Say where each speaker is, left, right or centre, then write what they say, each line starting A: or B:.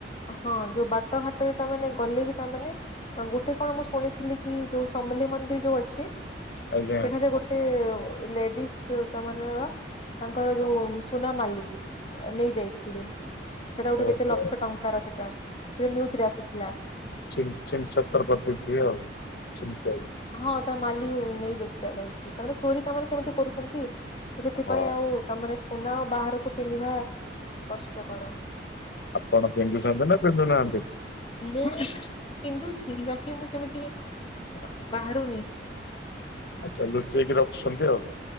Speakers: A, on the left; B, on the left.
A: ହଁ। ଯୋଉ ବାଟ ଘାଟରେ ତାମାନେ ଗଲେ ବି ତାମାନେ ହଁ ଗୁଟେ କଣ ମୁଁ ଶୁଣିଥିଲି କି ଯୋଉ ସମଲେଇ ମନ୍ଦିର୍ ଯୋଉ ଅଛି
B: ଆଜ୍ଞା।
A: ସେଠାରେ ଗୋଟେ ଲେଡିଜ୍। <unintelligible> ତାଙ୍କର ଯୋଉ ସୁନା ମାଲି ନେଇ ଯାଇଥିଲେ। ସେଟା ଗୋଟେ
B: ଓହୋ
A: କେତେ ଲକ୍ଷ ଟଙ୍କାର ସେଟା। ସେଟା ନିଉଜ୍ ରେ ଆସିଥିଲା।
B: ଛୀନ୍ ଛୀନ୍ ଛତ୍ର କରି ଦେଇଥିବେ ଆଉ। <unintelligible>
A: ହଁ ତା ମାଲି <unintelligible> ଯାଇଥିଲେ। ତା ମାନେ ଚୋରି ତା ମାନେ ସେମିତି କରୁଛନ୍ତି। ତ ସେଥିପାଇଁ
B: ହଁ
A: ଆଉ ତାମାନେ ସୁନା ଆଉ ବାହାରକୁ ପିନ୍ଧିବା କଷ୍ଟ କର।
B: ଆପଣ ପିନ୍ଧୁଚନ୍ତି ନା ପିନ୍ଧୁନାହାନ୍ତି?
A: ମୁଁ ପିନ୍ଧୁଛି। ବାକି ମୁଁ ସେମିତି ବାହାରୁନି।
B: ଆଚ୍ଛା, ଲୁଚେଇକି ରଖୁଛନ୍ତି ଆଉ।